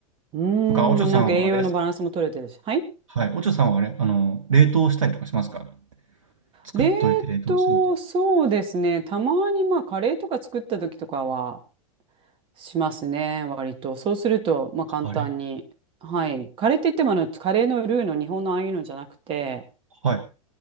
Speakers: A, on the right (about 30°); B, on the right (about 65°).
A: うーん。
B: なんか、おちょさんはあれですか
A: なんか栄養のバランスも取れてるし。はい
B: はい。おちょさんはあれ、あの、冷凍したりとかしますか作っといて冷凍するみたい
A: 冷凍、そうですね。たまにまあカレーとか作った時とかはしますね、割と。そうすると、まあ簡単に。
B: な。あれ
A: はい。カレーって言ってもあの、カレーのルーの日本のああいうのじゃなくて、
B: はい。